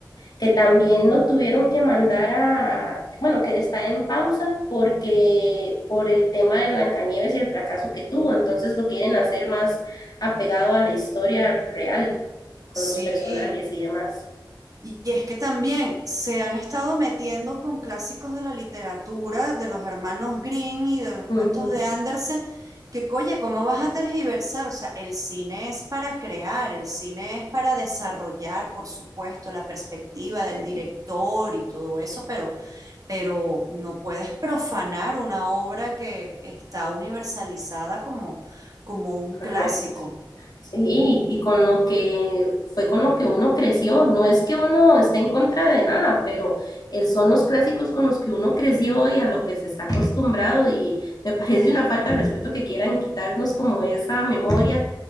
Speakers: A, on the left; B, on the right.
A: que también lo tuvieron que mandar a, bueno, que está en pausa porque por el tema de Blancanieves y el fracaso que tuvo, entonces lo quieren hacer más apegado a la historia real, con
B: sí,
A: los personajes y demás.
B: Y es que también se han estado metiendo con clásicos de la literatura, de los hermanos Green y de los cuentos
A: Ujú,
B: de Andersen, que, oye, ¿cómo vas a tergiversar? O sea, el cine es para crear, el cine es para desarrollar, por supuesto, la perspectiva
A: sí,
B: del director y todo eso, pero, pero no puedes profanar una obra que está universalizada como, como un
A: correcto.
B: clásico.
A: Sí, y con lo que fue con lo que uno creció, no es que uno esté en contra de nada, pero eh, son los clásicos con los que uno creció y a lo que se está acostumbrado y <laughs> me parece una falta de respeto que quieran quitarnos como esa memoria,